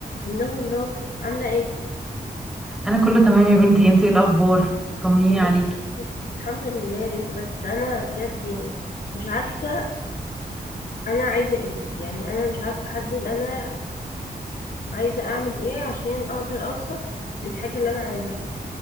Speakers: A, on the left; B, in the centre.
A: الله الله عاملة ايه؟
B: انا كله تمام يا بنتي انتي ايه الاخبار طمنيني
A: والله
B: عليكي
A: الحمد الحمد لله يا بنتي بس انا بجد يعني مش عارفة انا عايزة ايه يعني انا مش عارفة احدد انا عايزة اعمل ايه عشان اقدر اوصل للحاجة اللي انا عايزة اعملها